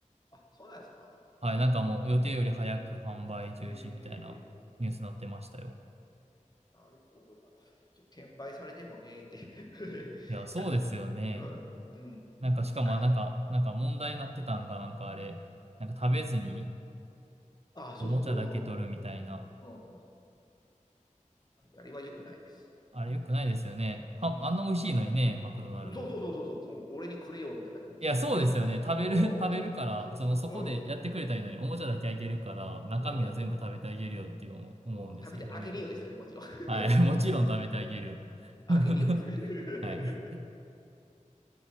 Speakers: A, on the left; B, on the right.
A: あそうなんですかお
B: はい、なんかもう予定より早く販売中止みたいなニュースになってましたよ。
A: えー、なるほど、なるほど。ちょ転売されてもねーって <laughs>
B: いや、そうですよね。
A: ちゃんとく、うん、うんよくない、
B: なんかしかも、なんか、
A: あれは。
B: なんか問題になってたんが、なんかあれ、なんか食べずに
A: あ、そうそうそ
B: おもちゃだけ取るみたいな。
A: う。うん、うん、あれはよくないです。
B: あれ良くないですよね。は、
A: うん、うん
B: あんな美味しいのにね、マクドナルド。
A: そうそうそうそうそう、うん、俺にくれよ、みたいな感じで思ってましたけど。
B: いや、そうですよね。食べる、
A: <laughs>
B: <laughs> 食べるから、その、そこでやってくれたらいいのに、
A: うん、うん、
B: おもちゃだけあげるから、中身は全部食べてあげるよって思う、
A: うん、
B: 思うんですけどね。
A: うん、食べてあげるよですよね、もちろん。<laughs>
B: はい。<laughs> もちろん食べてあげるよ。
A: あげるよですよ。
B: <laughs>
A: <laughs>
B: はい。